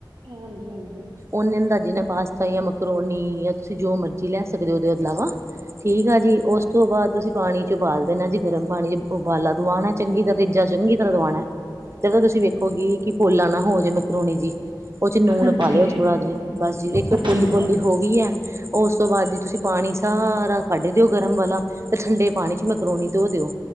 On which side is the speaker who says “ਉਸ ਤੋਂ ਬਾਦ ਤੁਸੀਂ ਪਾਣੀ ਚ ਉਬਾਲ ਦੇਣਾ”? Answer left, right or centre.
Right